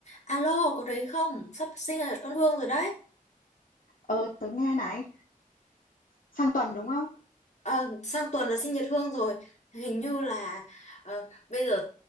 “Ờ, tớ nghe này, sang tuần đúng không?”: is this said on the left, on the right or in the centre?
Left